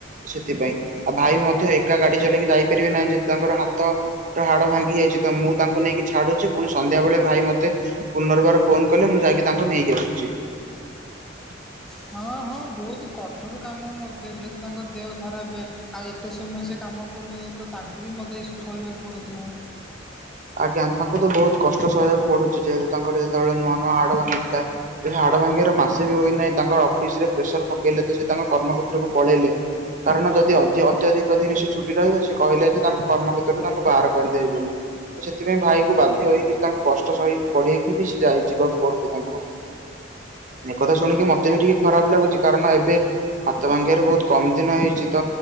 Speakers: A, on the right; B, in the centre.
A: ସେଥିପାଇଁ, ଆଉ ଭାଇ ମଧ୍ୟ ଏକା ଗାଡି ଚଲେଇକି ଯାଇପାରିବେ ନାହିଁ ଯଦି ତାଙ୍କର ହାତର ହାଡ ଭାଙ୍ଗି ଯାଇ ମୁଁ ତାଙ୍କୁ ନେଇକି ଛାଡୁଛି, ପୁଣି ସନ୍ଧ୍ୟାବେଳେ ଭାଇ ମତେ ପୁନର୍ବାର ଫୋନ କଲେ ମୁଁ ଯାଇକି ତାଙ୍କୁ ନେଇକି ଆସୁ <unintelligible>
B: ହଁ ହଁ ବହୁତ କଠୋର କାମ ମତେ, ଯଦି ତାଙ୍କ ଦେହ ଖରାପ, ଆଉ ଏତେ ସମୟ ସେ କାମ କରୁଛନ୍ତି ତ ତାଙ୍କୁ ବି ମତେ ଏସବୁ ସହିବାକୁ ପଡୁଥିବ।
A: ଆଜ୍ଞା, ତାଙ୍କୁ ତ ବହୁତ କଷ୍ଟ ସହିବାକୁ ପଡୁଛି ଯେହେତୁ ତାଙ୍କର ଯେତେବେଳେ ନୂଆ ନୂଆ ହାଡ ଭାଙ୍ଗିଥିଲା। ସେ ହାଡ ଭାଙ୍ଗି ମାସେ ବି ହୋଇନାହିଁ ତାଙ୍କର ଅଫିସରେ ପ୍ରେସର ପକେଇଲେ, ତ ସେ ତାଙ୍କ କର୍ମକ୍ଷେତ୍ରକୁ ପଳେଇଲେ। କାରଣ, ଯଦି ଅ ଯିଏ ଅତ୍ୟଧିକ ଦିନ ସେ ଛୁଟି ରହିବ ସେ କହିଲେ ଯେ, ତାଙ୍କ କର୍ମକ୍ଷେତ୍ରରୁ ତାଙ୍କୁ ବାହାର କରିଦେବେ ବୋଲି। ସେଥିପାଇଁ ଭାଇକୁ ବାଧ୍ୟହେଇକି ତାଙ୍କୁ କଷ୍ଟ ସହିକି ପଡେଇକି ବି, ସେ ଯାଇ ଯିବାକୁ ପଡୁଛି ତାଙ୍କୁ। ଏ କଥା ଶୁଣିକି ମତେ ବି ଟିକେ ଖରାପ ଲାଗୁଛି। କାରଣ ଏବେ ହାତ ଭାଙ୍ଗିବାରେ ବହୁତ କମ ଦିନ ହେଇଛି ତ